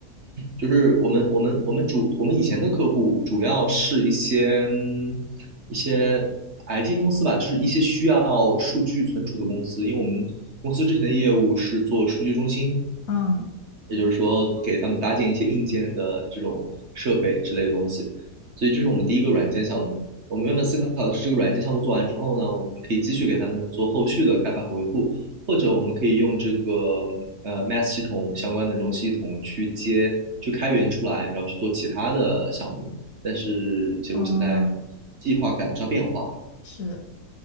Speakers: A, on the right; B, on the left.
A: 就是我们我们我们主我们以前的客户主要是一些嗯一些 IT 公司吧，就是一些需要数据存储的公司，因为我们公司之前的业务是做数据中心，
B: 嗯，
A: 也就是说给他们搭建一些硬件的这种设备之类的东西。所以这是我们第一个软件项目。我们原本思考的是，这个软件项目做完之后呢，我们可以继续给他们做后续的开发和维护，或者我们可以用这个呃 Math 系统相关的这种系统去接、去开源出来，然后去做其他的项目。但是结果现在
B: 呃，
A: 计划赶不上变化，
B: 是